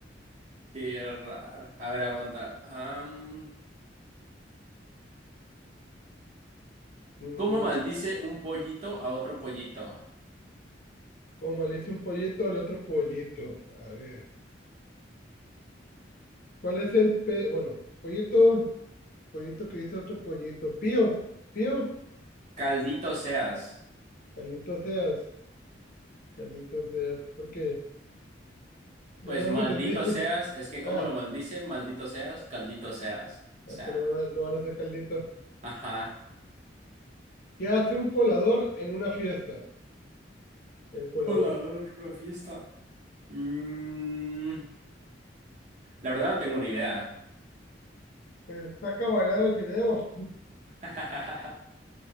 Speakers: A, on the right; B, on the left.
A: Qué raro. A ver, aguanta. Am,
B: Mm,
A: ¿cómo maldice un pollito a otro pollito?
B: como maldice un pollito al otro pollito. A ver. ¿Cuál es el pe... Bueno, pollito, pollito que dice otro pollito. Pío, pío.
A: Caldito seas.
B: Caldito seas, caldito seas. ¿Por qué? No,
A: Pues
B: no lo
A: maldito
B: entendí. <laughs>
A: seas, es que ¿cómo
B: Ah,
A: lo maldice? Maldito seas, caldito seas.
B: ya,
A: O sea,
B: pues lo van a, lo van a hacer caldito.
A: ajá.
B: ¿Qué hace un colador en una fiesta? El colador.
A: Hola, hola, una fiesta. Mm, la verdad no tengo ni idea.
B: Pues saca a bailar el fideo.
A: <laughs>